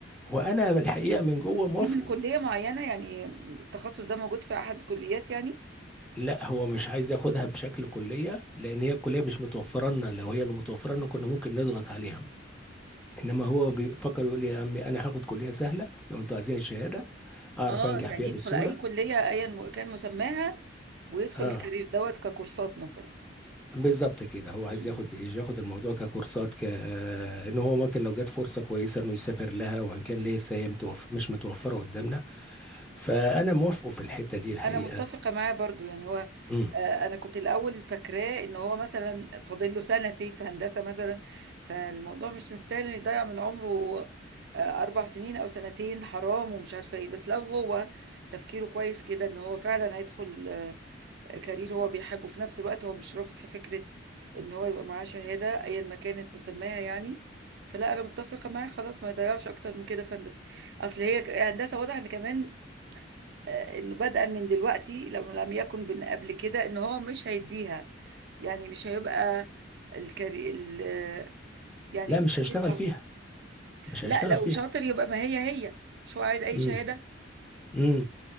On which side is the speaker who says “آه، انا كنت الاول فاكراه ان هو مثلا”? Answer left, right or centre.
Right